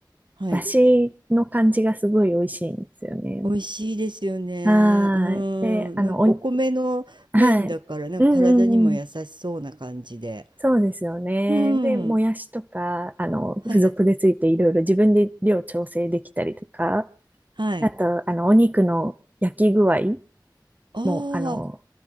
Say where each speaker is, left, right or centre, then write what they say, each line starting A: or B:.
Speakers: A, on the right (about 80°); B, on the right (about 20°).
A: はい。
B: だしの感じがすごい美味しいんですよね。
A: 美味しいですよね。
B: はーい。
A: うん。
B: で、あの、
A: なんかお米の麺だから、
B: おに、はい。
A: なんか体にも優しそうな感じで。
B: うんうんうん。そうですよね。
A: うん。
B: で、もやしとか、あの、
A: はいはい。
B: 付属でついていろいろ自分で量調整できたりとか、
A: はい。
B: あと、あの、お肉の焼き具合
A: ああ。
B: も、あの、